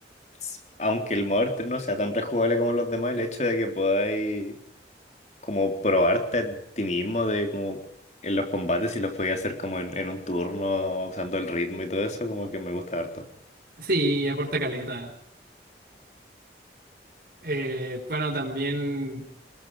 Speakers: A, on the left (about 40°); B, on the right (about 60°).
A: s- aunque el Mother 3 no sea tan rejugable como los demás, el hecho de que podáis como probarte a ti mismo de como en los combates si los podía hacer como en, en un turno, usando el ritmo y todo eso, como que me gusta harto.
B: Sí, aporta caleta. Eh, bueno, también